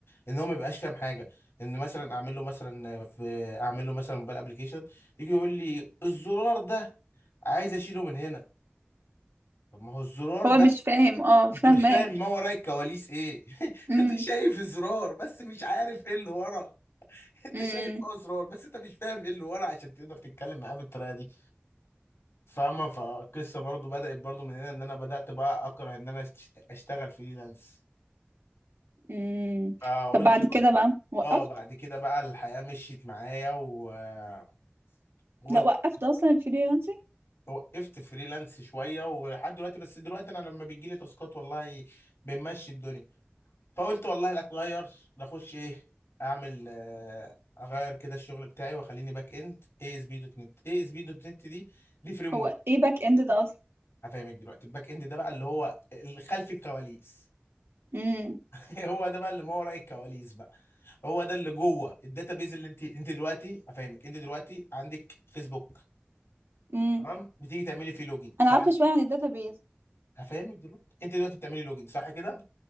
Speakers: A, on the left; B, on the right.
A: ان هو ما بيبقاش فاهم حاجه ان مثلا اعمل له مثلا في اعمل له مثلا موبايل ابلكيشن يجي يقول لي الزرار ده عايز اشيله من هنا طب ما هو الزرار
B: هو
A: ده
B: مش فاهم اه فاهمك
A: انت مش فاهم ما وراء الكواليس ايه <laughs>
B: امم
A: انت شايف زرار بس مش عارف ايه اللي ورا انت
B: امم
A: شايف اه زرار بس انت مش فاهم ايه اللي ورا عشان تقدر تتكلم معاه بالطريقه دي فاهمه فالقصه برضو بدات برضو من هنا ان انا بدات بقى اكره ان انا اشت- اشتغل فريلانس
B: امم
A: فقلت
B: طب بعد
A: بقى
B: كده بقى وقفت
A: اه بعد كده بقى الحياه مشيت معايا و- وقلت
B: لا وقفت اصلا الفريلانسنج
A: وقفت فريلانس شويه ولحد دلوقتي بس دلوقتي انا لما بيجي لي تاسكات والله بنمشي الدنيا فقلت والله لا اتغير نخش ايه اعمل آه، اغير كده الشغل بتاعي واخليني باك اند اي اس بي دوت نت اي اس بي دوت نت دي دي فريم
B: هو
A: ورك
B: ايه باك اند ده
A: هفهمك دلوقتي الباك اند ده بقى اللي هو اللي خلف الكواليس
B: اصلا
A: <laughs> هو ده بقى اللي ما وراء الكواليس بقى هو ده اللي جوه الداتابيز اللي انت انت دلوقتي هفهمك انت دلوقتي عندك فيسبوك
B: امم
A: تمام بتيجي تعملي فيه لوجين صح
B: انا عارفه
A: كده
B: شويه عن الداتابيز
A: هفهمك دلوقتي انت دلوقتي بتعملي لوجين صح كده